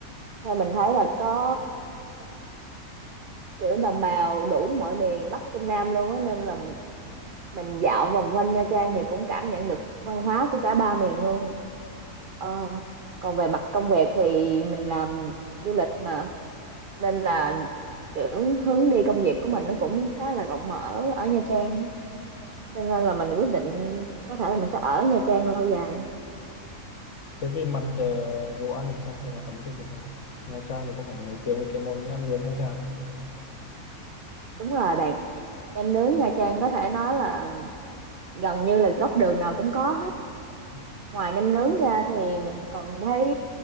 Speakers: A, on the right; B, on the left.
A: theo mình thấy là có kiểu đồng bào đủ mọi miền Bắc Trung Nam luôn á nên là mình dạo vòng quanh Nha Trang thì cũng cảm nhận được văn hóa của cả ba miền luôn ờ, còn về mặt công việc thì mình làm du lịch mà nên là kiểu hướng đi công việc của mình nó cũng khá là rộng mở ở Nha Trang ấy. cho nên là mình quyết định có thể là mình sẽ ở Nha Trang lâu dài
B: Thế về mặt ờ, đồ ăn thì sao? Về mặt ẩm thực thì sao? Nha Trang thì có phải nổi tiếng với cái món nem nướng Nha Trang không?
A: đúng rồi bạn nem nướng Nha Trang có thể nói là gần như là góc đường nào cũng có hết
B: Ừ.
A: ngoài nem nướng ra thì mình còn thấy